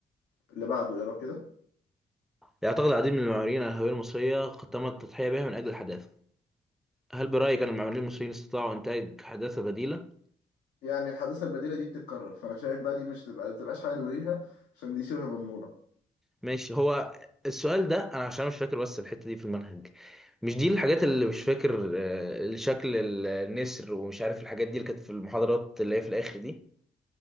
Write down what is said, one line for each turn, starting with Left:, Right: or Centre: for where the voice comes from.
Left: اللي بعده اقرا كده
Centre: يعتقد العديد من المعماريين على الهوية المصرية قد تم التضحية بها من اجل الحداثة هل برأيك ان المعماريين المصريين استطاعوا انتاج حداثة بديلة
Left: يعني الحداثة البديلة دي بتتكرر فأنا شايف بقى دي مش تبقى متبقاش حاجة نلغيها عشان دي شبه مضمونة
Centre: ماشي هو السؤال ده انا عشان مش فاكر بس الحتة دي في المنهج مش دي الحاجات اللي مش فاكر آه، شكل النسر ومش عارف الحاجات دي اللي كانت في المحاضرات اللي هي في الاخر دي